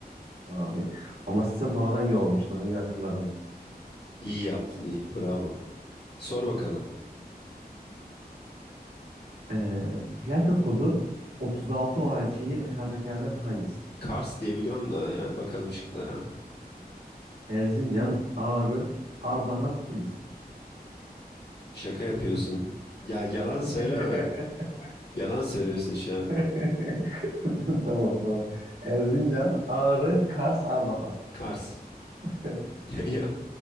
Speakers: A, on the right; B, on the left.
A: Abi. Amasya sonradan il olmuştu. Onu iyi hatırladım.
B: İyi yaptın iyi bravo. Sor bakalım.
A: Ee, plaka kodu 36 olan şehir aşağıdakilerden hangisidir?
B: Kars diyebiliyorum da yani bakalım şıklara.
A: Erzincan, Ağrı, Ardahan, Kilis.
B: Şaka yapıyorsun. Ya yalan söyleme.
A: <laughs>
B: Yalan söylüyorsun şu an.
A: <laughs> Tamam tamam. Erzincan, Ağrı, Kars, Ardahan.
B: Kars.
A: <laughs>
B: <laughs> Ya